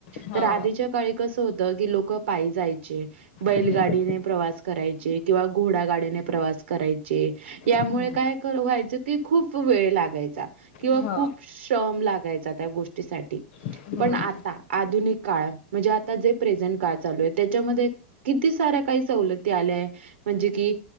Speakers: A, on the left; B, on the right.
A: हा
B: तर आधीच्या काळी कस होत की लोक पायी जायचे बैलगाडी
A: हम्म
B: मी प्रवास करायचे किंवा घोडागाडीने प्रवास करायचे यामुळे
A: हम्म
B: काय व्हायचं कि खूप वेळ लागायचा किंवा
A: हा
B: खूप श्रम लागायचा त्या गोष्टीसाठी
A: हम्म
B: पण आता आधुनिक काळत म्हणजे आता जे प्रेझेंट काळ चालू आहे त्याच्या मध्ये किती साऱ्या काही सवलती आल्याय म्हणजे की